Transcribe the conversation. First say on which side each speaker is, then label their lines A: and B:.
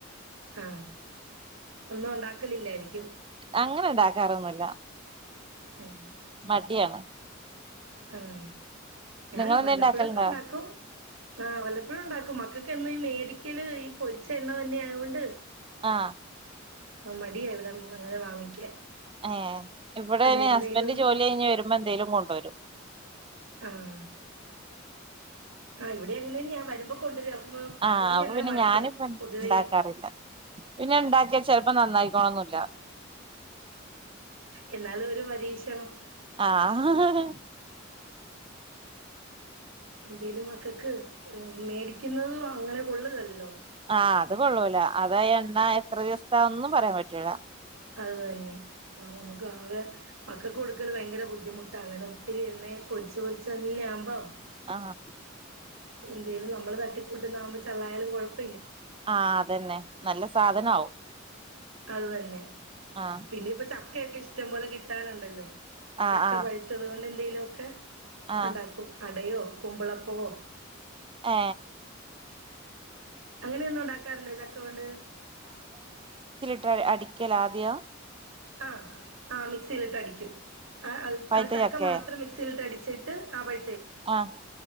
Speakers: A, on the right; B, on the right.
A: ആഹ ഒന്നും ഉണ്ടാക്കലില്ലായിരിക്കും
B: അങ്ങനെ ഉണ്ടാക്കാറൊന്നും ഇല്ല
A: ഉം <unintelligible>
B: മടിയാണ്
A: ആഹ ഞാൻ
B: നിങ്ങളെന്തേ
A: വല്ലപ്പുഴൊക്കെ
B: ഇണ്ടാക്കലുണ്ടോ
A: ഉണ്ടാക്കും ആഹ് വല്ലപ്പോഴും ഇണ്ടാക്കും മക്കൾക്ക് എന്നുംഈ മേടിക്കല് ഈ പൊരിച്ച എണ്ണ തന്നെയ ആയൊണ്ട്
B: ആഹ
A: ആ മടിയാ ഇവിടെ അങ്ങനെ വാങ്ങിക്കാൻ
B: ഏ ഇവിടെ
A: അതുകൊണ്ട് എന്തേലും
B: ഹസ്ബന്റ് ജോലി കഴിഞ്ഞ് വരുമ്പോ എന്തേലും കൊണ്ടോരും
A: ആഹ് ആ ഇവിടെ അങ്ങനെന്നെയാ വരു കൊണ്ട് രു അപ്പം
B: ആഹ്
A: പുള്ളിക്ക്
B: അപ്പൊ
A: അങ്ങനെ
B: പിന്നെ
A: മടിയാ
B: ഞാനിപ്പ
A: പൊതുവെആ
B: ഇണ്ടാക്കാറില്ല പിന്നെ ഇണ്ടാക്കിയ ചെലപ്പോ നന്നായിക്കോണൊന്നുല്ല
A: എന്നാലും ഒരു പരീഷണം
B: ആഹ്
A: എന്തേലും മക്കൾക്ക് മേടിക്കുന്നതും അങ്ങനെ കൊള്ളുകല്ലോ
B: ആഹ് അത് കൊള്ളൂല അത എണ്ണ ത്ര ദിവസാന്നും പറയാൻ പറ്റൂല്ല
A: അത് തന്നെ എ നമുക്ക് ആകെ മക്കക്ക് കൊടുക്കല് ഭയങ്കര ബുദ്ധിമുട്ടാ അങ്ങനെ ഒത്തിരി എണ്ണയെ പൊരിച്ച് പൊരിച്ച് തന്നെ ആവുമ്പം
B: ആഹ്
A: എന്തേലും നമ്മള് തട്ടിക്കൂട്ടുന്നതാകുമ്പോ ചള്ളായാലും കുഴപ്പ
B: ആഹ് അതെ ന്നെ നല്ല സാധന ആവും
A: അത് തന്നെ
B: ആഹ്
A: പിന്നെ പചക് ക്കേക്ക് ഇഷ്ടം പോലെ കിട്ടാന്ണ്ടല്ലോ
B: ആഹ്
A: ചക്ക
B: ആഹ്
A: പഴുത്തത് കൊണ്ട് എന്തെലുക്കെ
B: ആഹ്
A: ഉണ്ടാക്കും അടയോ കക്കുമ്പളപ്പുവൊ
B: ഏ
A: അങ്ങനെയൊന്നും ഉണ്ടാക്കാറില്ലേ ചക്ക കൊണ്ട്
B: ട്ടെ അടിക്കലാദ്യ
A: ആ ആ മിക്സിയിലിട്ട് അടിക്കും ആ
B: പഴുത്ത
A: ആ ചക്ക
B: ചക്കേ
A: മാത്രം മിക്സിലിട്ട് അടി ച്ചി ട്ട് അവൈ
B: ആഹ്